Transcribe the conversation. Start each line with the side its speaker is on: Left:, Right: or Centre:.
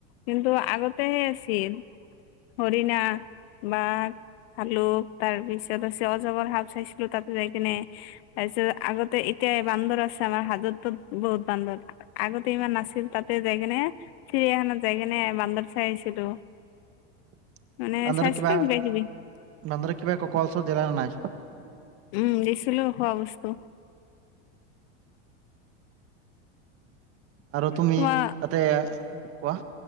Left: কিন্তু আগতেহে আছিল। হৰিনা, বাঘ ভালুক তাৰ পিছত আছে অজগৰ সাপ চাইছিলো তাতে যাই কিনে তাৰপিছত আগতে এতিয়া এ বান্দৰ আছে আমাৰ হাজতটো বহুত বান্দৰ আগতে ইমান নাছিল তাতে যাই কিনে চিৰিয়াখানাত যাই কিনে বান্দৰ চাই আহিছিলো
Right: <inaudible>
Left: মানে
Right: বান্দৰক
Left: চাইছিলো
Right: কিবা, বান্দৰক
Left: কিবি
Right: কিবা কল-চল দিলা নে নাই?
Left: উম, দিছিলো খোৱা বস্তু।
Right: আৰু তুমি
Left: তোমাৰ
Right: তাতে, কোৱা